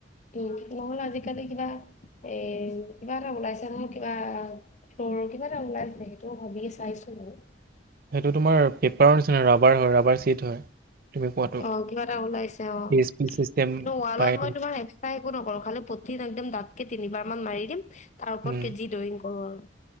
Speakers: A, on the left (about 40°); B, on the right (about 55°).
A: উ নহ'লে আজিকালি কিবা এ কিবা এটা ওলাইছে নহয় কিবা। সৰুৰ কিবা এটা ওলাই নে সেইটো ভাবে চাইছো আৰু
B: সেইটো তোমাৰ পেপাৰৰ নিচিনা ৰাবাৰ হয়। ৰাবাৰ চিট হয়। তুমি কোৱাটো
A: আহ কিবা এটা ওলাইছে O
B: P S P system
A: কিন্তু ৱালত
B: পাই
A: মই তোমাৰ এক্সট্ৰা একো নকৰো খালি পুটিন একদম দাঁতকে তিনিবাৰ। মান মাৰি দিম তাৰ ওপৰত
B: উম,
A: জি ড্ৰয়িং কৰো আৰু